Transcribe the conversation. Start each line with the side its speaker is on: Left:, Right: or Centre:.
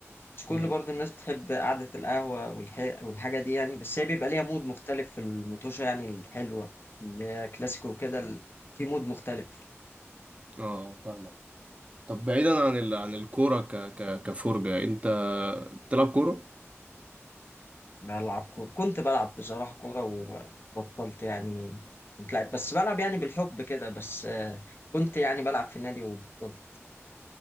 Left: مش كل
Right: امم
Left: برضو الناس بتحب قعدة القهوة والح... والحاجة دي يعني بس هي بيبقى ليها مود مختلف في المطوشة يعني الحلوة اللي هي كلاسيكو وكده ال- في مود مختلف
Right: اه فاهمك طب بعيدا عن ال... عن الكوره ك... ك... كفرجه انت بتلعب كوره
Left: بلعب كورة كنت بلعب بصراحة كورة وبطلت يعني كنت لعب بس بلعب يعني بالحب كده بس آه، كنت يعني بلعب في النادي وبطلت